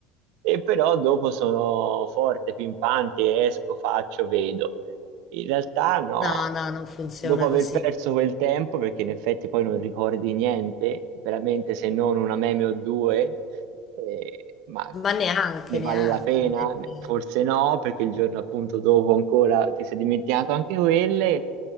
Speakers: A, on the right (about 70°); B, on the left (about 30°).
A: e però dopo sono forte, pimpante, esco, faccio, vedo. In realtà no,
B: No, no, non funziona
A: dopo aver
B: così.
A: perso quel tempo, perché in effetti poi non ricordi niente, veramente se non una meme o due, eh, ma
B: Ma neanche,
A: ne
B: neanche.
A: vale la pena?
B: non è che-
A: Forse no, perché il giorno appunto dopo ancora ti sei dimenticato anche quelle,